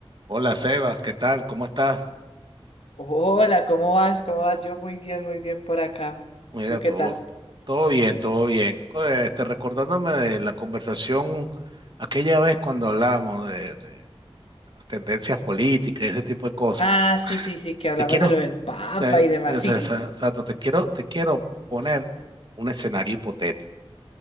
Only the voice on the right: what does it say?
Hola Seba, ¿qué tal? ¿Cómo estás?
Mira,
todo,
todo bien, todo bien. Oye, Este, recordándome de la conversación aquella vez cuando hablábamos de, de las tendencias políticas y ese tipo de cosas.
Te quiero,
te,
te-
se-
se- Sato, te quiero, te quiero poner un escenario hipotético.